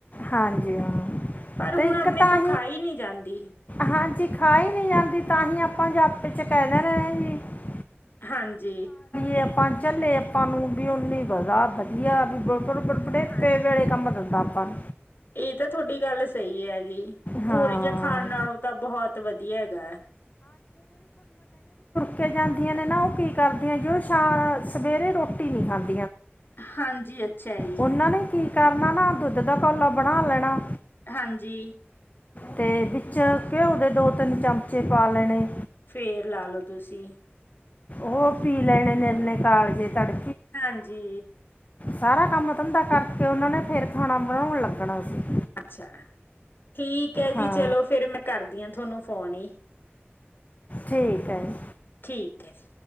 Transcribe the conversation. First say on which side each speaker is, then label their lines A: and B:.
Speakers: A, on the left; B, on the left.
A: ਹਾਂਜੀ ਹਾਂ
B: ਪਰ
A: ਤੇ
B: ਹੁਣ
A: ਇੱਕ
B: ਆਪਣੇ
A: ਤਾਂ
B: ਤੋਂ ਖਾ ਹੀ ਨਹੀਂ ਜਾਂਦੀ।
A: ਹਾਂਜੀ ਖਾ ਹੀ ਨਹੀਂ ਜਾਂਦੀ <inaudible>
B: ਹਾਂਜੀ।
A: ਏ, ਅਪਾਂ ਚੱਲੇ ਅਪਾਂ ਨੂੰ ਵੀ ਓਨੀ ਬਦਾ ਵਧੀਆ ਵੇ <inaudible> <unintelligible>
B: ਏਹ ਤਾਂ ਤੁਹਾਡੀ ਗੱਲ ਸਹੀ ਹੈਗੀ,
A: ਹਾਂ
B: ਗੋਲੀਆਂ ਖਾਣ ਨਾਲੋਂ ਤਾਂ ਬਹੁਤ ਵਧੀਆ ਹੈਗਾ ਐ।
A: ਤੇ, ਜਾਂਦੀਆਂ ਨੇ ਨਾ ਓਂ ਕਰਦੀਆਂ ਜੋ ਸ਼ਾ ਸਵੇਰੇ ਰੋਟੀ ਨੀ ਖਾਦ
B: ਹਾਂਜੀ, ਅੱਛਾ ਜੀ।
A: ਉਹਨਾਂ ਨੇ ਕੀ ਕਰਨਾ ਨਾ, ਦੁੱਧ ਦਾ ਕੋਲਾ ਬਣਾ ਲੈਣਾ।
B: ਹਾਂਜੀ
A: ਤੇ ਵਿੱਚ ਘਿਓ ਦੇ ਦੋ-ਤਿੰਨ ਚਮਚੇ ਪਾ ਲੈਣੇ।
B: ਫੇਰ ਲਾ ਲੋ ਤੁਸੀਂ।
A: ਓਹ ਪੀ ਲੈਣੇ ਨਿਰਨੇ ਕਾਲਜੇ ਤੁਹਾਡੇ
B: ਹਾਂਜੀ।
A: ਸਾਰਾ ਕੰਮ ਧੰਦਾ ਕਰਕੇ ਉਹਨਾ ਨੇ ਫੇਰ ਖਾਣਾ ਬਣਾਉਣ ਲੱਗਣਾ ਸੀ।
B: ਅੱਛਾ ਠੀਕ ਹੈ ਜੀ,
A: ਹਾਂ
B: ਚਲੋ ਫੇਰ ਮੈਂ ਕਰਦੀ ਹਾਂ ਤੁਹਾਨੂੰ ਫੋਨ ਈ,
A: ਠੀਕ ਹੈ ਜੀ
B: ਠੀਕ ਹੈ ਜੀ।